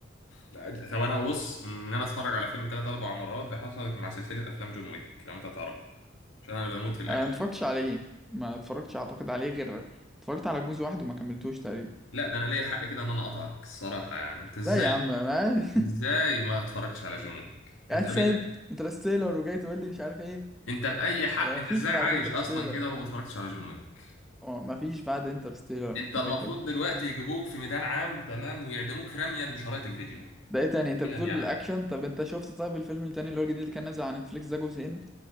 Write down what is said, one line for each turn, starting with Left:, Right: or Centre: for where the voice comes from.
Left: لا، طب انا بص ان انا اتفرج على فيلم ثلاث اربع مرات دي حصلت مع سلسله افلام جون ويك لو انت تعرف عشان انا بموت في الاكشن
Centre: انا ما اتفرجتش عليه ما اتفرجتش اعتقد عليه غير اتفرجت على جزء واحد وما كملتوش تقريبا
Left: لا ده انا ليا الحق كده ان انا اقطعك الصراحه يعني انت ازاي
Centre: لا يا عم ما
Left: ازاي ما اتفرجتش على جون ويك
Centre: قاعد
Left: انت
Centre: سايب
Left: بي...
Centre: انترستيلر وجاي تقول لي مش عارف ايه
Left: انت باي حق
Centre: آه،
Left: انت
Centre: مفيش
Left: ازاي
Centre: بعد
Left: عايش
Centre: انترستيلر
Left: اصلا كده وما اتفرجتش على جون ويك
Centre: اه مفيش بعد انترستيلر
Left: انت
Centre: كده
Left: المفروض
Centre: كده
Left: دلوقتي يجيبوك في ميدان عام تمام ويعدموك رميا بشرايط الفيديو
Centre: ده ايه تاني انت
Left: يعني
Centre: بتقول
Left: يعني
Centre: الاكشن طب انت شفت طيب الفيلم التاني اللي هو الجديد اللي كان نازل على نتفليكس ده جزئين